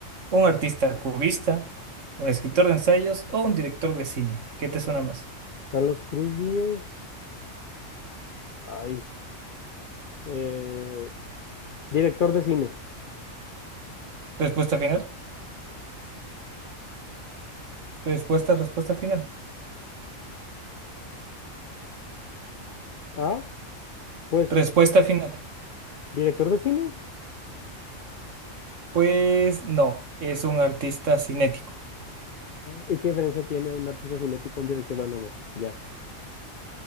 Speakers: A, on the right; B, on the left.
A: un artista cubista, un escritor de ensayos o un director de cine. ¿Qué te suena más?
B: Carlos Cruz Díez, ay, eh, director de cine,
A: Respuesta final. Respuesta, respuesta final.
B: ah, pues...
A: Respuesta final.
B: ¿Director de cine?
A: Pues no, es un artista cinético.
B: ¿Y qué diferencia tiene un artista cinético con un director? Bueno, no, ya.